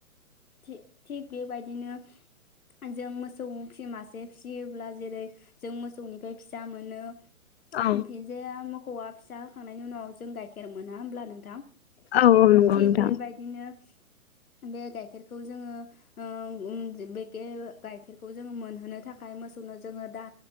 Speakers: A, on the left; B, on the left.
A: थिग थिग बेबायदिनो जों मोसौ फिसि मासे फिसियोब्ला जेरै जों मोसौनिफ्राय फिसा मोनो
B: औ
A: ओमफिन जेया मोखौआ फिसा होखांनायनि उनाव जों गाइखेर मोना होमब्ला नों थां
B: औ औ नंगौ
A: थिग
B: नोंथां
A: बेबायदिनो बे गाइखेर खौ जोङो ओं उम जे बेके गाइखेरखौ जोङो मोनहोनो थाखाय मोसौनो जोङो दा